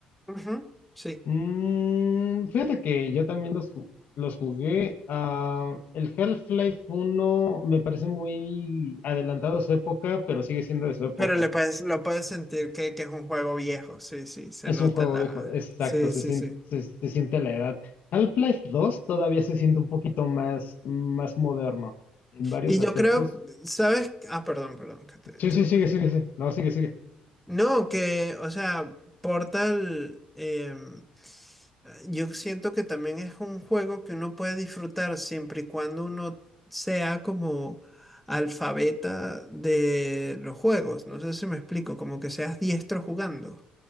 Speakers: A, in the centre; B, on the left (about 65°).
A: Ujú, sí.
B: Mm, fíjate que yo también los, ju- los jugué. ah, el Half-Life 1 me parece muy adelantado a su época, pero sigue siendo de su época.
A: Pero le puedes, lo puedes sentir que, que es un juego viejo. Sí, sí, se
B: Es
A: nota
B: un juego
A: la...
B: viejo, exacto,
A: Sí,
B: se
A: sí,
B: siente,
A: sí.
B: se, se siente la edad. Half-Life dos todavía se siente un poquito más, más moderno en varios
A: Y
B: aspectos.
A: yo creo, ¿sabes? Ah, perdón, perdón, que te
B: Sí,
A: interrumpí.
B: sí, sigue, sigue, sigue. No, sigue, sigue.
A: No, que, o sea, Portal, em, yo siento que también es un juego que uno puede disfrutar siempre y cuando uno sea como alfabeta de los juegos. No sé si me explico, como que seas diestro jugando.